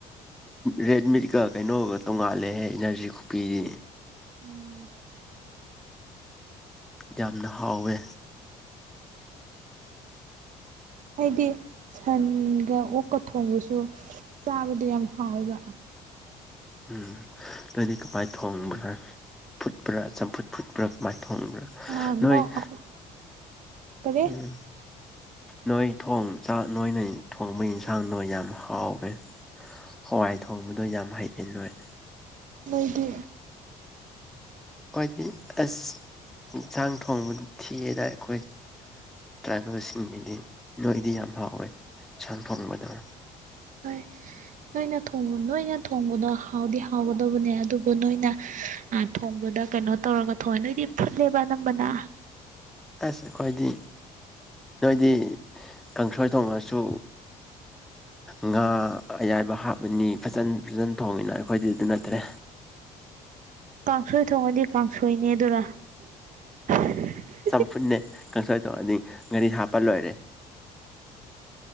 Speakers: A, in the centre; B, on the right.
A: ꯔꯦꯗꯃꯤꯒ ꯀꯩꯅꯣꯒ ꯇꯣꯡꯉꯥꯜꯂꯦꯍꯦ ꯏꯅꯔꯖꯤ ꯀꯄꯤꯗꯤ
B: ꯎꯝ
A: ꯌꯥꯝꯅ ꯍꯥꯎꯋꯦ
B: ꯑꯩꯗꯤ ꯁꯟꯒ ꯑꯣꯛꯀ ꯊꯣꯡꯕꯁꯨ ꯆꯥꯕꯗꯨ ꯌꯥꯝ ꯍꯥꯎꯋꯦꯕ
A: ꯎꯝ ꯑꯗꯨꯏꯗꯤ ꯀꯃꯥꯏꯅ ꯊꯣꯡꯕ꯭ꯔꯥ ꯐꯨꯠꯄ꯭ꯔꯥ ꯆꯝꯐꯨꯠ ꯐꯨꯠꯄ꯭ꯔꯥ ꯀꯃꯥꯏꯅ ꯊꯣꯡꯕ꯭ꯔꯥ
B: <unintelligible>
A: ꯅꯣꯏ
B: ꯀꯔꯤ
A: ꯎꯝ ꯅꯣꯏ ꯊꯣꯛ ꯆꯥꯛ ꯅꯣꯏꯅ ꯊꯣꯡꯕꯒꯤ ꯏꯟꯁꯥꯡꯗꯣ ꯌꯥꯝ ꯍꯥꯎꯋꯦ ꯍꯋꯥꯏ ꯊꯣꯡꯕꯗꯣ ꯌꯥꯝ ꯍꯩꯌꯦ ꯅꯣꯏ
B: ꯅꯣꯏꯗꯤ
A: ꯑꯩꯈꯣꯏꯗꯤ ꯑꯁ ꯌꯦꯟꯁꯥꯡ ꯊꯣꯡꯕ ꯊꯤꯌꯦꯅ ꯑꯩꯈꯣꯏ ꯇ꯭ꯔꯥꯏꯕꯦꯜꯁꯤꯡꯒꯤꯗꯤ ꯅꯣꯏꯗꯤ ꯌꯥꯝ ꯍꯥꯎꯋꯦ ꯁꯟ ꯊꯣꯡꯕꯗ
B: ꯍꯣꯏ ꯅꯣꯏꯅ ꯅꯣꯏꯅ ꯊꯣꯡꯕꯗꯣ ꯍꯥꯎꯗꯤ ꯍꯥꯎꯒꯗꯕꯅꯦ ꯑꯗꯨꯕꯨ ꯅꯣꯏꯅ ꯊꯣꯡꯕꯗ ꯀꯩꯅꯣ ꯇꯧꯔꯒ ꯊꯣꯡꯉꯦ ꯅꯣꯏꯗꯤ ꯐꯨꯠꯂꯦꯕ ꯑꯅꯝꯕꯅ
A: ꯑꯁ ꯈꯣꯏꯗꯤ ꯅꯣꯏꯗꯤ ꯀꯥꯡꯁꯣꯏ ꯊꯣꯡꯉꯁꯨ ꯉꯥ ꯑꯌꯥꯏꯕ ꯍꯥꯞꯄꯅꯤ ꯐꯖꯟ ꯐꯖꯟ ꯊꯣꯡꯉꯤꯅ ꯑꯩꯈꯣꯏꯗꯤ ꯑꯗꯨ ꯅꯠꯇ꯭ꯔꯦ
B: ꯀꯥꯡꯁꯣꯏ ꯊꯣꯡꯉꯗꯤ ꯀꯥꯡꯁꯣꯏꯅꯤ ꯑꯗꯨꯔ <inaudible>
A: ꯆꯝꯐꯨꯟꯅꯦ ꯀꯥꯡꯁꯣꯏ ꯇꯧꯔꯅꯤ ꯉꯥꯔꯤ ꯍꯥꯞꯄ ꯂꯣꯏꯔꯦ